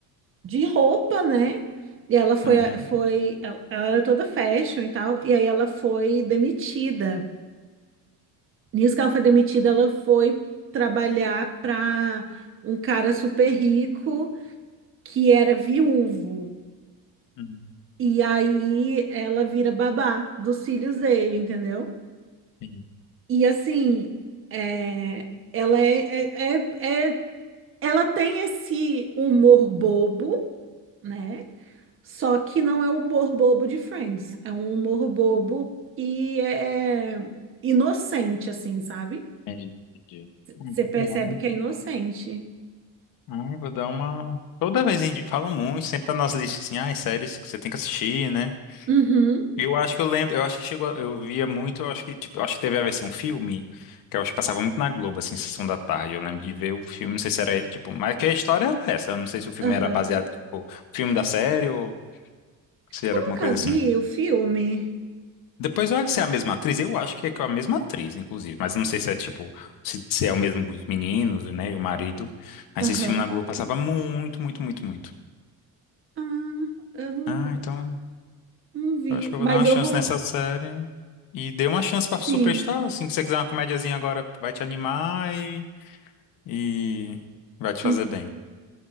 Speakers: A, on the right; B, on the left.
A: de roupa, né? E ela foi,
B: Uhum.
A: a- foi, ela ela era toda fashion e tal, e aí ela foi demitida. Nisso que ela foi demitida, ela foi trabalhar para um cara super rico que era viúvo.
B: uhum.
A: E aí ela vira babá dos filhos dele, entendeu?
B: Entendi,
A: E assim, é, ela é, é, é, é- ela tem esse humor bobo, né? Só que não é o humor bobo de Friends, é um humor bobo que é inocente, assim, sabe?
B: entendi. entendi. Hum,
A: Você percebe
B: bom.
A: que é inocente.
B: Ah, eu vou dar uma. Toda vez indi- falam muito, sempre tá nas listas assim, ah, séries que você tem que assistir, né?
A: Uhum.
B: Eu acho que eu lembro, eu acho que chegou, a- eu via muito, eu acho que tipo, eu acho que teve a versão filme, que eu acho que passava muito na Globo, assim, sessão da tarde. Eu lembro de ver o filme, não sei se era, tipo, mas que a história era essa, eu não sei se o filme
A: Aham.
B: era baseado, tipo, filme da série ou se era
A: Eu
B: alguma
A: nunca
B: coisa
A: vi
B: assim.
A: o filme.
B: Depois olha se é a mesma atriz, eu acho que é com a mesma atriz, inclusive, mas não sei se é tipo, se, se é o mesmo os meninos, né, e o marido, mas
A: Aham.
B: esse filme na Globo passava muito, muito, muito, muito.
A: Ah, eu não,
B: Ah, então
A: não vi.
B: Eu acho que eu
A: Mas
B: vou dar uma
A: eu
B: chance
A: vou.
B: nessa série. E dê uma chance pra Superstar,
A: Sim.
B: assim, que você quiser uma comediazinha agora, vai te animar e, e vai te fazer
A: Uhum.
B: bem.